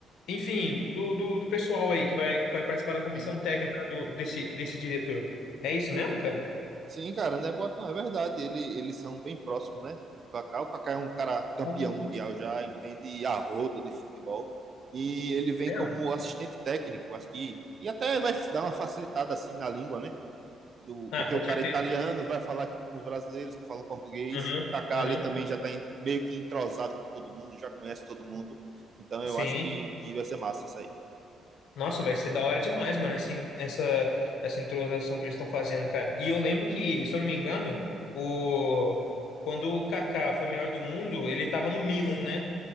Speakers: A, on the left; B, on the right.
A: enfim, do, do, do pessoal aí que vai, que vai participar da comissão
B: Sim.
A: técnica do, desse, desse diretor. É isso mesmo, cara?
B: Sim, cara, não é boato, não, é verdade. Ele, eles são bem próximos, né? O Kaká, o Kaká é um cara campeão
A: Ah,
B: mundial já, entende a rodo de futebol. E ele vem
A: é.
B: como assistente técnico, acho que. E até vai dar uma facilitada assim na língua, né? Do,
A: Ah,
B: porque
A: com
B: o cara
A: certeza.
B: é italiano vai falar aqui com os brasileiros que falam português.
A: Aham,
B: E Kaká
A: aham.
B: ali também já tá em- meio que entrosado com todo mundo, já conhece todo mundo. Então
A: Sim.
B: eu acho que, que vai ser massa isso aí.
A: Nossa, vai ser da hora demais, mano, esse, essa, essa introdução que eles estão fazendo, cara. E eu lembro que, se eu não me engano, o... quando o Kaká foi o melhor do mundo, ele tava no Milan, né?